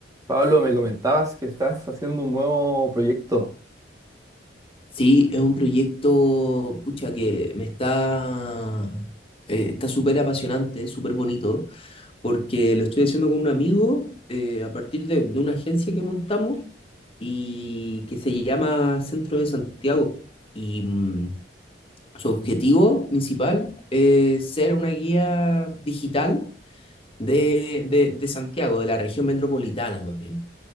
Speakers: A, on the right; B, on the left.
A: Pablo, me comentabas que estás haciendo un nuevo proyecto.
B: Sí, es un proyecto, pucha, que me está, eh, está súper apasionante, súper bonito, porque lo estoy haciendo con un amigo eh, a partir de, de una agencia que montamos y que se llama Centro de Santiago. Y mm, su objetivo principal es ser una guía digital de, de, de Santiago, de la región metropolitana más bien.